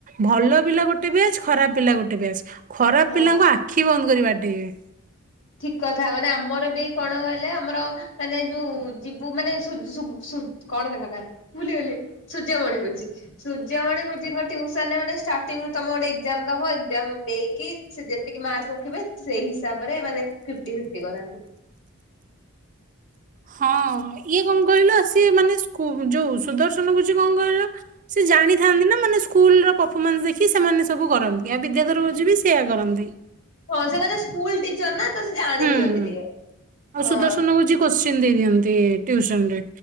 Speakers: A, on the right; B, on the left.
A: ଭଲ ପିଲା ଗୋଟେ ବ୍ୟାଚ୍, ଖରାପ ପିଲା ଗୋଟେ ବ୍ୟାଚ୍। ଖରାପ
B: ହଁ।
A: ପିଲାଙ୍କୁ ଆଖି ବନ୍ଦ କରି ବାଡେଇବେ।
B: ଠିକ କଥା, ମାନେ ଆମର ବି କଣ କହିଲେ? ଆମର ମାନେ ଯୋଉ ଯିବୁ ମାନେ ସୁ-ସୁ-ସୁ- କଣ ତାଙ୍କ ନାଁ? ଭୁଲିଗଲି। ସୂର୍ଯ୍ୟମଣି ଗୁରୁଜୀ। ସୂର୍ଯ୍ୟମଣି ଗୁରୁଜୀଙ୍କ ଟିଉସନ ରେ ମାନେ ଷ୍ଟାର୍ଟିଙ୍ଗ ରୁ ତୋମେ ଗୋଟେ ଏକ୍ଜାମ୍ ଦବ। ଏକ୍ଜାମ୍ ଦେଇ କି ସେ ଯେତିକି ମାର୍କ ରଖିବେ। ସେ ସେଇ ହିସାବ ରେ, ମାନେ ଫିଫ୍ଟି ଫିଫ୍ଟି କରାନ୍ତି।
A: ହଁ, ଇଏ କଣ କହିଲ? ସିଏ ମାନେ ସ୍କୁ ଯୋଉ ସୁଦର୍ଶନ ଗୁରୁଜୀ କଣ କହିଲ? ସିଏ ଜାଣିଥାନ୍ତି ନା, ମାନେ ସୁ କୁଲ୍ ର ପଫମାନ୍ସ ଦେଖି ସେମାନେ ସବୁ କରନ୍ତି। ଆଉ ବିଦ୍ୟାଧର ଗୁରୁଜୀ ବି ସେଇଆ କରନ୍ତି।
B: ହଁ, ସେମାନେ ସ୍କୁଲ୍ ଟିଚର୍ ନା, ତ ସେ ଜାଣି
A: ହୁଁ
B: ଦିଅନ୍ତି ଟିକେ।
A: ଆଉ
B: ହଁ
A: ସୁଦର୍ଶନ ଗୁରୁଜୀ କୋଶ୍ଚିନ ଦେଇ ଦିଅନ୍ତି ଟିଉସନ ରେ।